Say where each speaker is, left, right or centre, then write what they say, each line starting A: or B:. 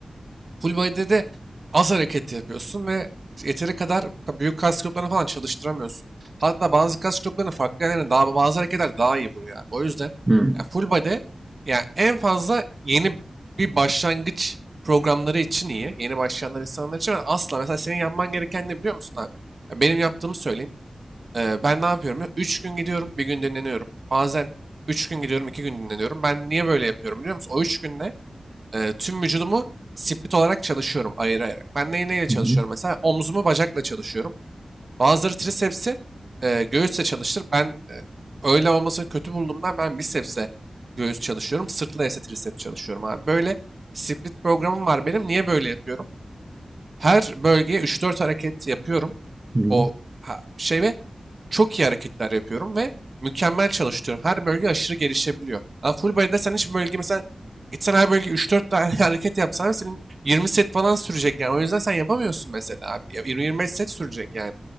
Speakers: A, on the right; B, on the right.
A: Full body'de de az hareket yapıyorsun ve yeteri kadar büyük kas gruplarını falan çalıştıramıyorsun. Hatta bazı kas gruplarını farklı yerlerine daha bazı hareketler daha iyi vuruyor. Yani. O yüzden
B: hı hı
A: yani full body yani en fazla yeni bir başlangıç programları için iyi. Yeni başlayanlar insanlar için ama asla mesela senin yapman gereken ne biliyor musun abi? Ya benim yaptığımı söyleyeyim. Ee, ben ne yapıyorum? 3 gün gidiyorum, bir gün dinleniyorum. Bazen 3 gün gidiyorum, 2 gün dinleniyorum. Ben niye böyle yapıyorum biliyor musun? O 3 günde e, tüm vücudumu split olarak çalışıyorum ayırayarak. Ben neyi neyle çalışıyorum
B: hı hı.
A: mesela? Omzumu bacakla çalışıyorum. Bazıları trisepsi e, göğüsle çalıştır. Ben e, öyle olmasını kötü bulduğumdan ben bicepsle göğüs çalışıyorum. Sırtla ise triceps çalışıyorum abi. Böyle split programım var benim. Niye böyle yapıyorum? Her bölgeye üç dört hareket yapıyorum
B: hı
A: o ha- şey ve çok iyi hareketler yapıyorum ve mükemmel çalıştırıyorum. Her bölge aşırı gelişebiliyor. Ama full body'de sen hiç bölge mesela gitsen her bölge üç dört tane <laughs> hareket yapsan senin 20 set falan sürecek yani. O yüzden sen yapamıyorsun mesela abi. Ya 20-25 set sürecek yani.